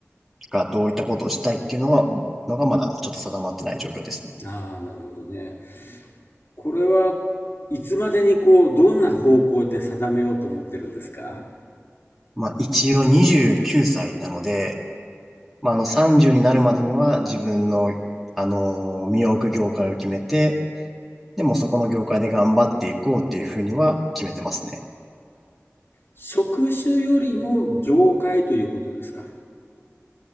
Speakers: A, in the centre; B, on the left.
A: か、どういったことをしたいっていうのが、のがまだちょっと定まってない状況ですね。
B: ああ、なるほどね。これはいつまでにこう、どんな方向で定めようと思ってるんですか
A: まあ一応29歳なので、まああの30になるまでには自分の、あのー身を置く業界を決めて、でもそこの業界で頑張っていこうっていうふうには決めてますね。
B: 職種よりも業界ということですか